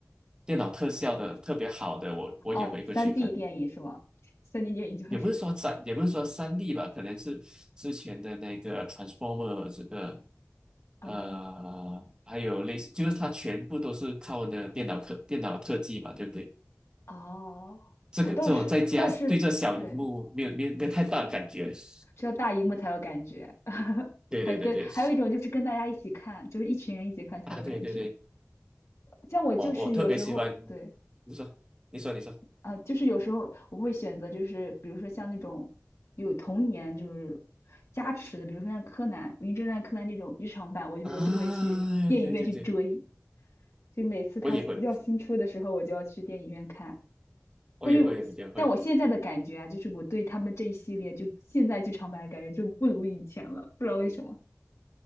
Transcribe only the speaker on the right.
电脑特效的特别好的，我我也会过去看。
也不是说三，也不是说三 D 吧，可能是之前的那个 Transformer 这个。
呃，还有类似，就是它全部都是靠的电脑可电脑特技嘛，对不对？
这个这种在家对这小荧幕没有没有没有太大的感觉
<laughs>。
对对对对，
<laughs> 啊对对对，
哦我特别喜欢，你说你说你说
啊，对对对，
我也会
我也会我也会，